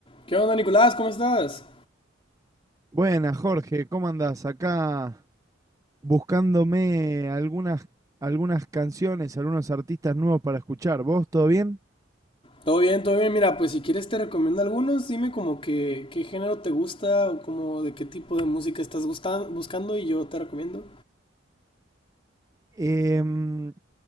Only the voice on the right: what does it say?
Buenas, Jorge, ¿cómo andás? Acá buscándome algunas, algunas canciones, algunos artistas nuevos para escuchar. ¿Vos todo bien?
Em,